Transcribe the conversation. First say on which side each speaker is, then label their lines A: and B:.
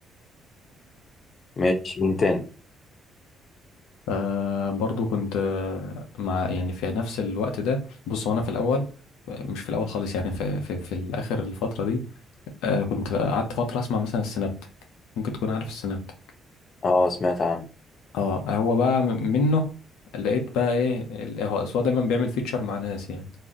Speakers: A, on the left; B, on the left.
A: ماشي مين تاني
B: آه، برضو كنت آه، مع يعني في نفس الوقت ده بص وانا في الاول مش في الاول خالص يعني في في, في الاخر الفتره دي آه، كنت قعدت فتره اسمع مثلا السنابتك ممكن تكون عارف السنابتك
A: اه سمعت عنه
B: اه هو بقى م- منه لقيت بقى ايه ال- هو أصل هو دايما بيعمل فيتشر مع ناس يعني